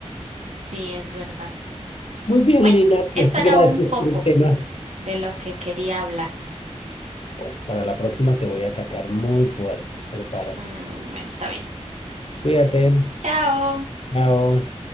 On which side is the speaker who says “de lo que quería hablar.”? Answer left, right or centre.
Right